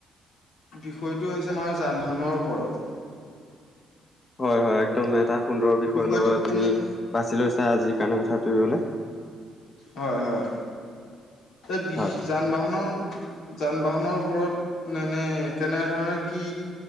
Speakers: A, on the left; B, on the left.
A: বিষয়টো হৈছে আমাৰ যানবাহানৰ ওপৰত।
B: হয় হয়, একদম এটা সুন্দৰ বিষয়ৰ
A: বিষয়টো
B: লগত তুমি
A: এনে
B: বাছি লৈছা আজিৰ কাৰণে কথাটোৰিবলৈ।
A: হয় হয়। সেই
B: হয়
A: যান বাহনৰ, যান বাহনৰ ওপৰত। মানে কেনেধৰণে কি